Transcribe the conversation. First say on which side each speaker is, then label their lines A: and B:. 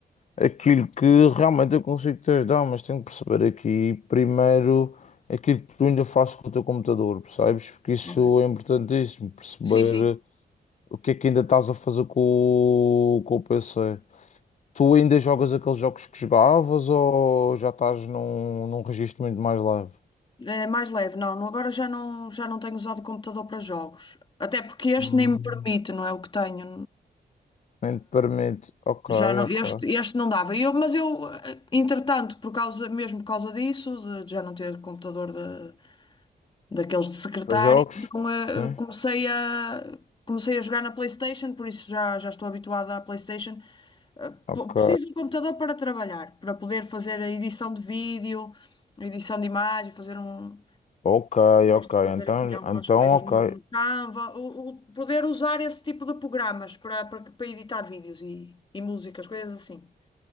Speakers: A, on the left (about 45°); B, on the left (about 30°).
A: aquilo que realmente eu consigo te ajudar, mas tenho que perceber aqui primeiro aquilo que tu ainda fazes com o teu computador, percebes? Porque isso
B: ok.
A: é importantíssimo, perceber
B: Sim, sim.
A: o que é que ainda estás a fazer com, o- com o PC. Tu ainda jogas aqueles jogos que jogavas ou já estás num, num registro muito mais leve?
B: É mais leve, não. não- Agora já não, já não tenho usado o computador para jogos. Até porque este
A: Hum,
B: nem me permite, não é o que tenho.
A: Nem te permite. Ok,
B: Já não,
A: ok.
B: este, este não dava. Eu, mas eu, eh, entretanto, por causa, mesmo por causa disso, de já não ter computador de, daqueles de secretário,
A: Para jogos?
B: então, eh,
A: Sim.
B: comecei a, comecei a jogar na PlayStation, por isso já, já estou habituada à PlayStation. Eh,
A: Ok.
B: po- Preciso de um computador para trabalhar, para poder fazer a edição de vídeo, a edição de imagem, fazer um.
A: Ok,
B: Gosto
A: ok.
B: de fazer
A: Então,
B: assim algumas
A: então,
B: coisas
A: ok.
B: no, no Canva, o, o- poder usar esse tipo de programas para, para, para editar vídeos e, e músicas, coisas assim.